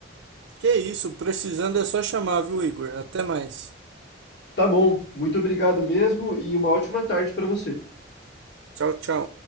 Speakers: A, on the right; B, on the left.
A: Que isso, precisando é só chamar, viu, Igor? Até mais.
B: Tá bom, muito obrigado mesmo e uma ótima tarde para você.
A: Tchau, tchau.